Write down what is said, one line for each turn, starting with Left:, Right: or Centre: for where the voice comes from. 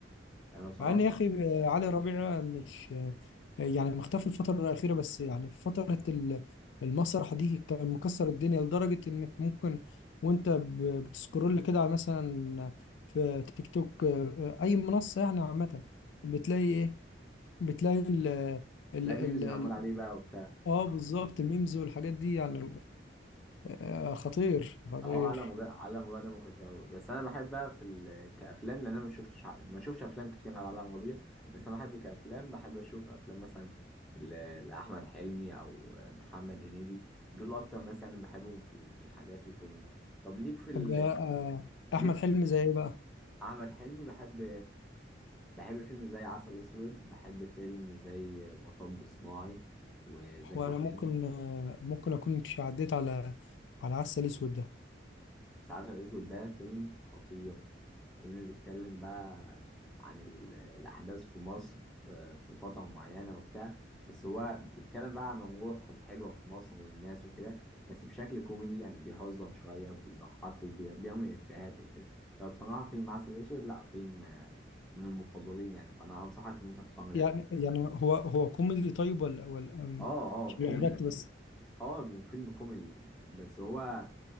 Centre: انا بصراحه
Left: مع ان يا اخي علي ربيع مش يعني مختفي الفتره الاخيره بس يعني في فتره ال- المسرح دي كان مكسر الدنيا لدرجه انك ممكن وانت ب- بتسكرول كده على مثلا في تيك توك اي منصه يعني عامه بتلاقي ايه بتلاقي ال ال
Centre: بتلاقي
Left: ال
Centre: ميمز
Left: ال-
Centre: معمول عليه بقى وبتاع
Left: اه بالظبط الميمز والحاجات دي يعني آه، خطير خطير
Centre: اه عالم غير عالم غير ده مخيف قوي بس انا بحب بقى في ال... كافلام لان انا ما شفتش ع- ما شفتش افلام كتير على عالم غبية بس انا بحب كافلام بحب اشوف افلام مثلا ل... لاحمد حلمي او محمد هنيدي دول اكتر ناس يعني بحبهم في ال... في الحاجات الكوميدي طب ليك في ال...
Left: طب آه، احمد
Centre: ليك
Left: حلمي زي ايه بقى
Centre: احمد حلمي بحب بحب فيلم زي عسل اسود بحب فيلم زي مطب صناعي وزكي
Left: هو انا
Centre: شان
Left: ممكن آه، ممكن اكون عديت على على عسل اسود ده
Centre: بس عسل اسود ده فيلم خطير فيلم بيتكلم بقى عن ال- الأحداث في مصر آه، في فترة معينة وبتاع بس هو بيتكلم بقى عن الروح الحلوة في مصر والناس وكده بس بشكل كوميدي يعني بيهزم شوية بيضحك وبيعمل إفيهات وكده فبصراحة فيلم عسل أسود لأ فيلم آه، من المفضلين يعني فأنا أنصحك إن أنت تتفرج
Left: يعني
Centre: عليه
Left: يعني هو هو كوميدي طيب ولا ولا أم،
Centre: اه
Left: مش
Centre: اه كوميدي
Left: بيعجبك بس
Centre: اه فيلم كوميدي بس هو